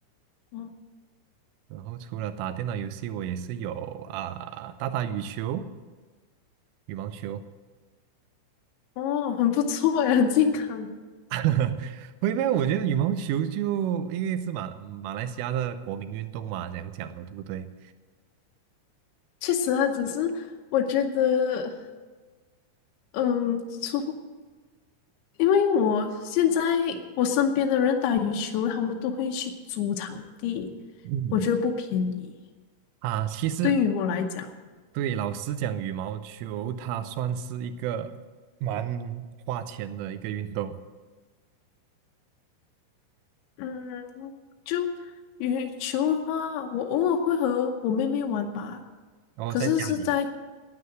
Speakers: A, on the left; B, on the right.
A: 哦
B: 然后除了打电脑游戏，我也是有啊、打打羽球、羽毛球。
A: 哦，很不错哎，很健康，
B: <laughs> 不因为我觉得羽毛球就因为是马马来西亚的国民运动嘛，这样讲的，对不对？
A: 确实啊，只是我觉得，嗯，除因为我现在我身边的人打羽球，他们都会去租场地，
B: 嗯，
A: 我觉得不便宜，
B: 啊，其实
A: 对于我来讲。
B: 对老师讲，羽毛球它算是一个蛮花钱的一个运动。
A: 嗯，就羽球的话，我偶尔会和我妹妹玩吧，
B: 然后在家里，
A: 可是是在